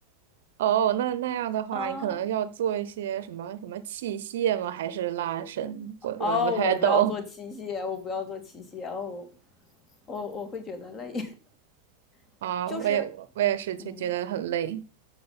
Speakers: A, on the right; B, on the left.
A: 哦，那那样的话，
B: 啊？
A: 你可能要做一些什么什么器械吗？还是拉伸？我我不太懂
B: 哦，我不要做器械，我不要做器械，哦，我我我会觉得累，<laughs>
A: 啊，
B: 就是
A: 我也我也是就觉得很累。
B: 嗯。